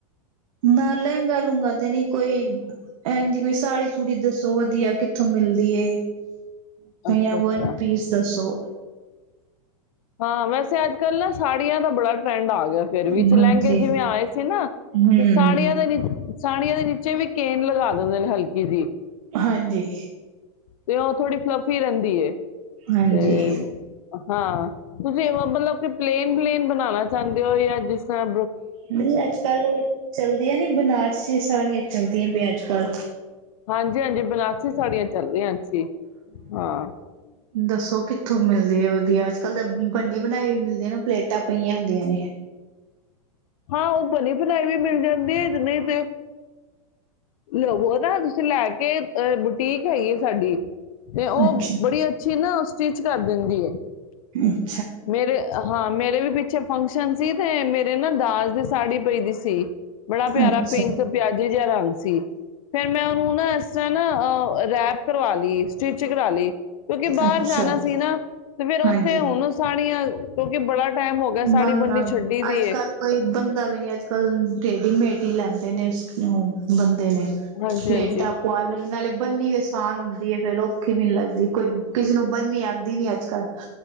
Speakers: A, on the right; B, on the left.
A: ਨਾ ਲਹਿੰਗਾ ਲੂੰਗਾ ਤੇ ਨੀ ਕੋਈ ਐਂਜ ਕੋਈ ਸਾੜੀ ਸੂੜੀ ਦੱਸੋ ਵਧੀਆ ਕਿਥ ਤੋਂ ਮਿਲ ਦੀਏ
B: ਅੱਛਾ
A: ਯਾ
B: ਅੱਛਾ
A: ਵਨ ਪੀਸ ਦੱਸੋ?
B: ਹਾਂ ਵੈਸੇ ਅੱਜ ਕੱਲ ਨਾ ਸਾੜੀਆਂ ਦਾ ਬੜਾ ਟਰੈਂਡ ਆ ਗਿਆ। ਫੇਰ
A: ਹਾਂਜੀ
B: ਵੀ ਲਹਗੇ ਜਿਵੇਂ ਆਏ ਸੀ ਨਾ ਤੇ
A: ਹੂੰ
B: ਸਾੜੀਆਂ ਦਾ ਨੀ ਸਾਣੀਆਂ ਦੇ ਨੀਚੇ ਵੀ ਕੇਨ ਲਗਾ ਦਿੰਦੇ ਨੇ ਹਲਕੀ ਜੀ।
A: ਹਾਂਜੀ।
B: ਤੇ ਉਹ ਥੋੜੀ ਫਲੱਫੀ ਰਹਿੰਦੀ ਏ।
A: ਹਾਂਜੀ
B: ਤੇ ਹਾਂ ਤੁਸੀਂ ਇਹ ਮਤਲਬ ਕਿ ਪਲੇਨ ਪਲੇਨ ਬਣਾਉਣਾ ਚਾਹੁੰਦੇ ਹੋ ਜਾਂ ਜਿਸ ਤਰਾਂ
A: ਨਹੀਂ ਅੱਜ ਕੱਲ ਚੱਲਦੀਆਂ ਨੀ ਬਨਾਰਸੀ ਸਾੜੀਆਂ ਚੱਲਦੀਆਂ ਪਈਆਂ ਅੱਜ ਕੱਲ।
B: ਹਾਂਜੀ ਹਾਂਜੀ। ਬਲਾਸੀ ਸਾੜੀਆਂ ਚੱਲ ਰਹੀਆਂ ਅੱਛੀ ਹਾਂ।
A: ਦੱਸੋ ਕਿੱ ਕਿੱਥੋਂ ਮਿਲਦੀ ਹੈ ਵਧੀਆ ਅੱਜ ਕੱਲ ਤਾਂ ਬਣੀ ਬਣਾਈ ਵੀ ਮਿਲਦੀ ਏ ਨਾ ਪਲੇ ਤਾਂ ਪਈਆਂ ਹੁੰਦੀਆਂ ਨੇ।
B: ਹਾਂ ਉਹ ਬਲੀ ਬਣਾਈ ਵੀ ਮਿਲ ਜਾਂਦੀ ਹੈ ਜਨੀ ਤੇ ਲਵੋ ਨਾ ਤੁਸੀਂ ਲੈ ਕੇਹ ਬੁਟੀਕ ਹੈਗੀ ਹੈ ਸਾਡੀ ਤੇ ਉਹ
A: ਅੱਛਾ
B: ਬੜੀ ਅੱਛੀ ਨਾ ਸਟਿਚ ਕਰ ਦਿੰਦੀ ਹੈ
A: <unintelligible>
B: ਮੇਰੇਹ ਹਾਂ ਮੇਰੇ ਵੀ ਪਿੱਛੇ ਫੰਕਸ਼ਨ ਸੀ, ਤੇ ਮੇਰੇ ਨਾ ਦਾਜ ਦੀ ਸਾੜੀ ਪਈ ਦੀ ਸੀ। ਬੜਾ ਪਿਆਰਾ
A: ਅੱਛਾ
B: ਪਿੰਕ ਪਿਆਜ਼ੇ ਜਿਹਾ ਰੰਗ ਸੀ ਫਿਰ ਮੈਂ ਉਹਨੂੰ ਨਾ ਨਾ ਨਾ ਰੈਪ ਕਰਵਾ ਲਈ ਸਟਿਚ ਕਰਵਾ ਲਈ। ਕਿਉਂਕਿ ਬਾਹਰ
A: ਅੱਛਾ
B: ਜਾਣਾ ਸੀ ਨਾ ਤੇ ਫਿਰ ਉੱਥੇ
A: ਹਾਂਜੀ
B: ਹੁਣ ਸਾੜੀਆਂ ਬੜਾ ਟਾਈਮ ਹੋ ਗਿਆ ਸਾੜੀ
A: ਨਾ ਨਾ
B: ਬੰਨੀ ਛੱਡੀ ਦੀ
A: ਅੱਜ
B: ਏ
A: ਕੱਲ ਕੋਈ ਬੰਦਾ ਵੀ ਨੀ ਅੱਜ ਕੱਲ ਟੇਡੀ ਮੇਡੀ ਲਾ ਸੀ। ਦੇਣੇ ਉਸਨੂੰ ਨੂੰ ਬੰਦੇ ਨੇ
B: ਹਾਂਜੀ
A: ਲੇਟਾ
B: ਹਾਂਜੀ
A: ਪੁਆਲਣ ਨਾਲੇ ਬੰਨੀ ਆਸਾਨ ਹੁੰਦੀ ਹੈ, ਫੇਰ ਔਖੀ ਵੀ ਨੀ ਲੱਗਦੀ ਕੋਈ ਕਿਸੇ ਨੂੰ ਬੰਨੀ ਆਉਂਦੀ ਨੀ ਅੱਜ ਕੱਲ